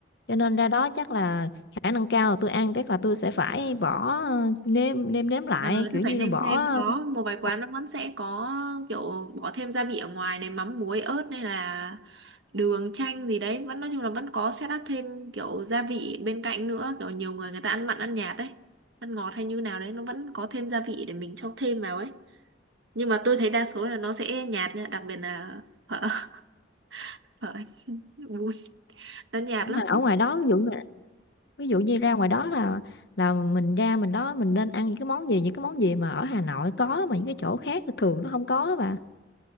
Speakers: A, on the left; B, on the right.
A: cho nên ra đó chắc là khả năng cao là tôi ăn chắc là tôi sẽ phải bỏ ờ, nêm nêm nếm lại
B: Ờ,
A: kiểu
B: chắc phải
A: như
B: nêm
A: là bỏ
B: thêm có một vài quán
A: ờ,
B: nó vẫn sẽ có kiểu bỏ thêm gia vị ở ngoài này mắm muối ớt hay là đường chanh gì đấy vẫn nói chung là vẫn có set up thêm kiểu gia vị bên cạnh nữa kiểu nhiều người người ta ăn mặn ăn nhạt đấy ăn ngọt hay như nào đấy nó vẫn có thêm gia vị để mình cho thêm vào ấy nhưng mà tôi thấy đa số là nó sẽ nhạt nha đặc biệt là phở <laughs> phở bún nó nhạt
A: mà
B: lắm
A: ở ngoài đó ví dụ như- ví dụ như ra ngoài đó là là mình ra mình đó mình nên ăn những cái món gì những cái món gì mà ở Hà Nội có mà những cái chỗ khác thì thường nó không có và